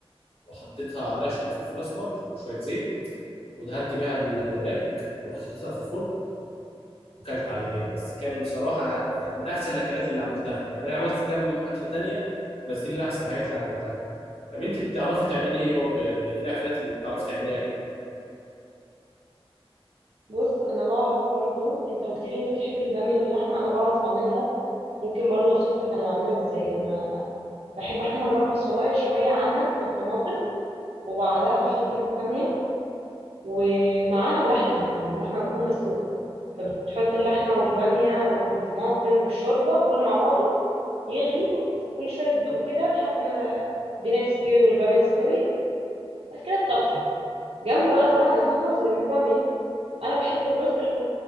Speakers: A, on the left (about 70°); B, on the right (about 65°).
A: وحطيتها عليها شويه فلفل اسمر وشويه زيت ودهنت بيها الوراك ورحت حطيتها في الفرن وكلت على كده بس كان بصراحه يعني من احسن الاكلات اللي عملتها يعني انا عملت كام اكله تانية بس دي من احسن الحاجات اللي عملتها طب انت بتعرفي تعملي ايه برضو يعني ايه الاكلات اللي بتعرفي تعمليها
B: بص انا بعرف برضو انت قلت لي انت بتحب الباميه باللحمه انا بعرف اعملها ممكن برضو اوصف لك انا بعملها ازاي انا بحب احمر بقى البصلايه شويه عنك في الطماطم وبعدها بحط الباميه ومعاها اللحمه يعني اللحمه بتكون مسلوقه فبتحط اللحمه والباميه والطماطم والشوربه كله مع بعضه يغلي وكل شويه تدوق كده لحد ما الدنيا تستوي والباميه تستوي بعد كده تطفي جنبه بقى طبعا لازم رز جنب الباميه انا بحب الرز اللي هو